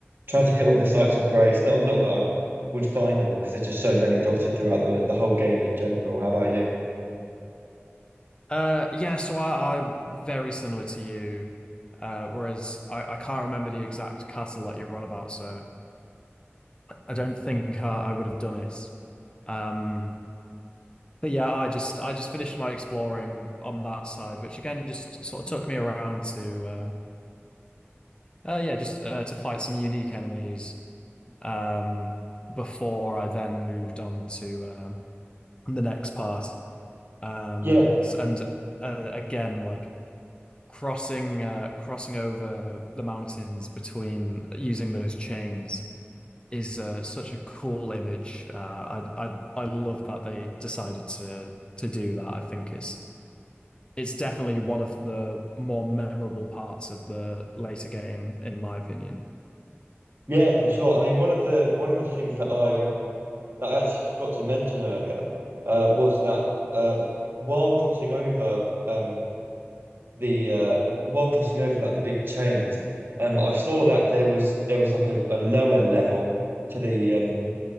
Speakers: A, on the right (about 55°); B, on the left (about 20°).
A: tried to hit all the sites of grace not not that I would find them all because there's just so many dotted throughout the the whole game in general how about you
B: Uh, yeah, so I, I very similar to you, uh, whereas I, I can't remember the exact castle that you're on about, so I don't think I, I would have done it. Um, but yeah, I just I just finished my exploring on that side, which again just sort of took me around to. Uh, Uh, yeah, just uh, to fight some unique enemies um, before I then moved on to um, the next part. Um,
A: yeah
B: s- and uh, again, like crossing uh, crossing over the mountains between using those chains is uh, such a cool image. Uh, I I I love that they decided to to do that. I think it's it's definitely one of the more memorable parts of the later game, in my opinion.
A: yeah for sure I mean one of the one of the things that I um that I actually forgot to mention earlier uh was that uh while crossing over um the uh while crossing over like the big chains, um I saw that there was there was like a, a lower level to the um